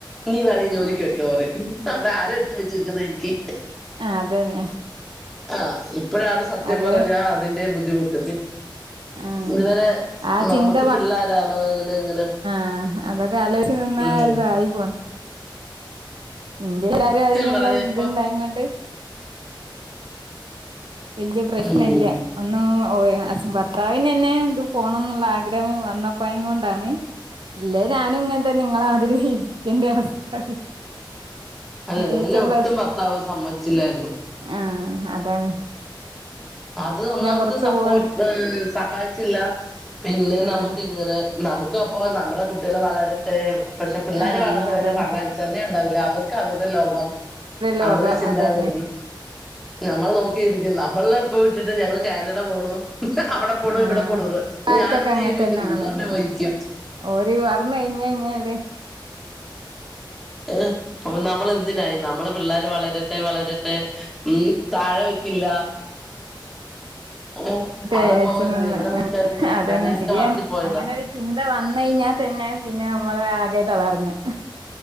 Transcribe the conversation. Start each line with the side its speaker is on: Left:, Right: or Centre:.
Centre: നീ വേണങ്കി ജോലിക്ക്‌പൊയ്ക്കൊ
Right: ആഹ്
Centre: പറയും അവിടെ ആരാ എടുത്ത് വെച്ചിരിക്കുന്ന എനിക്ക്
Right: ആ അതന്നെ
Centre: ആ ഇപ്പോഴാണ് സത്യം
Right: അത്
Centre: പറഞ്ഞ അതിന്റെ ബുദ്ധിമുട്ട് പി
Right: ആഹ്
Centre: ഇതുവരെ
Right: ആ
Centre: നമുക്ക്
Right: ചിന്ത
Centre: പിള്ളേരാണ് അങ്ങനെ ഇങ്ങനെ
Right: ആ അതൊക്കെ ആലോച് നിന്ന
Centre: ഉം
Right: ഇതായി പോ ഇന്ത്യയിൽ ആ ഒരു
Centre: സത്യം
Right: അതിനുള്ള
Centre: പറഞ്ഞ ഇപ്പൊ
Right: ഇതുണ്ടായ കൊണ്ട് വലിയ പ്രശ്ന
Centre: ഉം
Right: ഇല്ല ഒന്നും ഓ ഭർത്താവിന് എന്നെ ഇത് പോണം എന്നുള്ള ആഗ്രഹം വന്നപ്പോയെ കൊണ്ടാണ് ഇല്ല ഞാനും ഇങ്ങന തന്നെ നിങ്ങള ആതിരി ഇരിക്കേണ്ട അവസ്ഥ ആ
Centre: അല്ല
Right: ജയിച്ചെ
Centre: എന്നെ
Right: എ പ്ല
Centre: ഒട്ടും
Right: സ്
Centre: ഭർത്താവ് സമ്മതിച്ചില്ലായിരുന്നു
Right: ആഹ അ അതാണ്
Centre: അത് ഒന്നാമത്തെ
Right: പുറത്ത്
Centre: സപ്പോർട്ട്
Right: പോണ്
Centre: സഹായിച്ചില്ല പിന്നെ
Right: ആഹ്
Centre: നമുക്ക് ഇങ്ങനെ നമുക്ക് അപ്പോ നമ്മുടെ കുട്ടി കുട്ടികൾ വളരട്ടേന്ന് പക്ഷെ പിള്ളേര്
Right: ആഹ്
Centre: വളർന്ന് കഴിഞ്ഞാ
Right: അതന്നെ
Centre: അനുസരണേ ഉണ്ടാവില്ല അവർക്ക് അവ അവരുടെ ലോകം
Right: ലോകം
Centre: അവരെ ചിന്താഗതി
Right: അതന്നെ
Centre: ഞമ്മൾ നോക്കിയിരിക്കും നമ്മള ഇപ്പ വിട്ടിട്ട് ഞങ്ങള് കാനഡ പോണു അവിടെ പോണു
Right: ആഹ്
Centre: ഇവിടെ പോണു
Right: കാലത്തൊക്കെ
Centre: ഞാനെന്തെയ്യും
Right: അങ്ങനെ
Centre: ചോദിച്ചാ
Right: തന്നെ
Centre: നിങ്ങ
Right: ആണല്ലോ
Centre: അവിടെ പേയിരിക്ക്
Right: ഓര് വർന്ന കഴിഞ്ഞ ഇഞ്ഞാല്
Centre: എഹ് അപ്പൊ നമ്മളെന്തിനായി നമ്മളെ പിള്ളേര് വളരട്ടെ വളരട്ടെ ഉ താഴെ വെക്കില്ല ഏഹ്
Right: തെ
Centre: അവിടെ
Right: അച്ചൻ
Centre: പോകരുത്
Right: വന്ന്
Centre: ഇവിടെ നിക്കരുത്
Right: അതന്നെ
Centre: അങ്ങനെയൊക്കെ
Right: ശരിയാണ്
Centre: വളർത്തിപ്പോയതാ
Right: അങ്ങനെ ഒരു ചിന്ത വന്ന് കഴിഞ്ഞാൽ തന്നെ പിന്നെ നമ്മളെ ആകെ തളർന്ന്